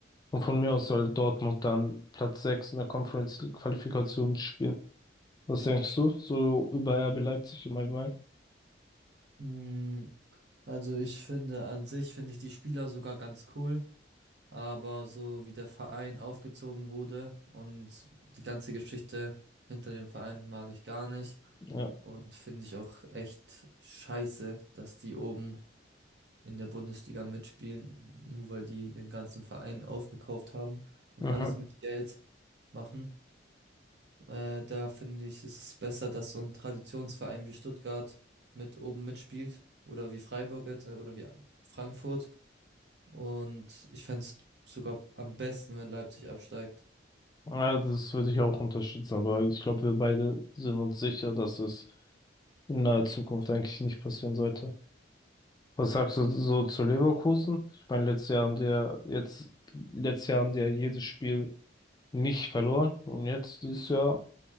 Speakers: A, on the left (about 20°); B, on the right (about 65°).
A: und von mir aus soll Dortmund dann Platz sechs in der Conference League Qualifikation spielen. Was denkst du so über RB Leipzig im Allgemeinen?
B: Mm, Also ich finde an sich, finde ich die Spieler sogar ganz cool. Aber so wie der Verein aufgezogen wurde und die ganze Geschichte hinter dem Verein mag ich gar nicht.
A: Ja.
B: Und finde ich auch echt scheiße, dass die oben in der Bundesliga mitspielen, nur weil die ihren ganzen Verein aufgekauft haben und
A: Mhm.
B: alles mit Geld machen. Äh, da finde ich, ist es besser, dass so ein Traditionsverein wie Stuttgart mit oben mitspielt oder wie Freiburg jetzt äh, oder wie Frankfurt. Und ich fände es sogar am besten, wenn Leipzig absteigt.
A: Ja, das würde ich auch unterstützen, aber ich glaube, wir beide sind uns sicher, dass es in naher Zukunft eigentlich nicht passieren sollte. Was sagst du so zu Leverkusen? Ich meine, letztes Jahr haben die ja jetzt, letztes Jahr haben die ja jedes Spiel nicht verloren und jetzt dieses Jahr